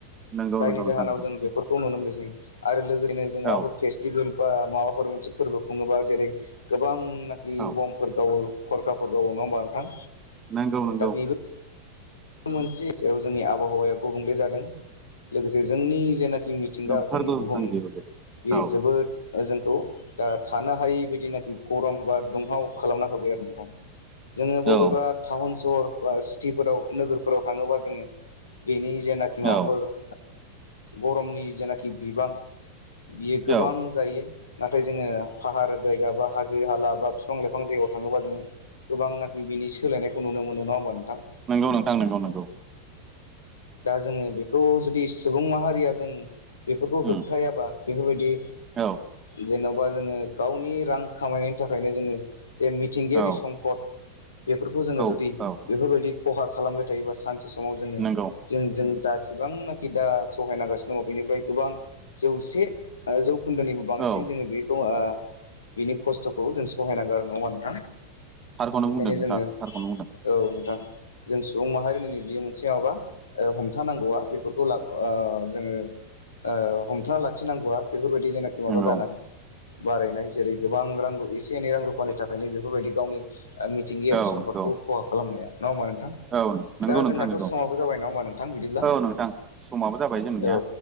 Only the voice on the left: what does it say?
जायनि
जाहोनाव
जों बेफोरखौ नुनो मोनसै। आरो लोगोसेनो जों माबाफोर
फेसटेभेल बा माबाफोर मोनसे फोरबो खुङोबा जेरै गोबांनाखि
बमफोर फरखाफोर गावो नङा होमबा नोंथां?
दा बेबो मोनसे जोंनि आबहावाया गुबुंले जादों लोगोसे जोंनि जेनाखि मिथिंगा
जोंनि बुहुम
बे
जोबोद ओ जोंखौ दा थानो हा जिनाखि गरम बा दुंहाव खालामना होबाय आरो नोंथां जोङो बबेबा
टाउन सहर बा सिटिफोराव नोगोरफोराव थाङोबा जोङो बेनि जेनाखि माबाफोर
गरमनि जेनाखि बिबां बियो गोबां
जायो। नाथाय जोङो फाहार जायगा बा हाजो हाला बा बिफां लाइफां जायगायाव थाङोबा जोङो गोबांनाखि बिनि सोलायनायखौ नुनो मोनो नङा होमबा?
दा जोङो बेखौ जुदि सुबुं माहारिया जों बेफोरखौ
होबथायाबा बेफोरबायदि
जेन'बा जोङो गावनि रां खामायनायनि थाखायनो जोङो बे मिथिंगायारि
सम्पद बेफोरखौ जोङो
जुदि
बेफोरबायदि खहा खालामबाय थायोबा। सानसे समाव जोङो
जों जों। दासिबांनाखि दा सहाय नांगासिनो दङ बेनिफ्राय गोबां जौसे जौ। उखोन्दोनिबो बांसिन
जोङो बेखौ आ बिनि खस्थ' खौ जों सहायनांगौ आरो नङा होमबा नोंथां
बेखायनो
जोङो
औ नोंथां। जों सुबुं माहारिनि नैबेयो बियो मोनसे माबा हमथानांगौवा बेफोरखौ ला ओ जोङो। ओ हमथाना लाखिनांगौवा बेफोरबायदि जेनाखि माबा
जानाय बारायनाय जेरै गोबां रां रु एसे एनै रां रुफानि थाखायनो बेफोरबायदि गावनि मिथिंगायारि
सम्पदखौ
खहा खालामनाया नङा होमबा नोंथां? दा
जोंनाथ'
समाबो जाबाय नङा होमबा नोंथां बिदिब्ला
औ